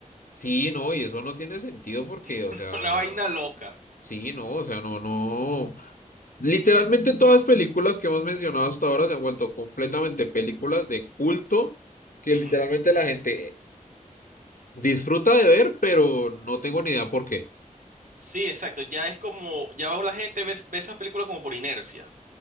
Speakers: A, on the left; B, on the right.
A: Sí, no, y eso no tiene sentido porque,
B: <laughs>
A: o sea,
B: Una vaina loca.
A: sí, no, o sea, no, no. Literalmente todas las películas que hemos mencionado hasta ahora se han vuelto completamente películas de culto que
B: Ujú.
A: literalmente la gente disfruta de ver, pero no tengo ni idea por qué.
B: Sí, exacto. Ya es como, ya va la gente ve, ve esas películas como por inercia.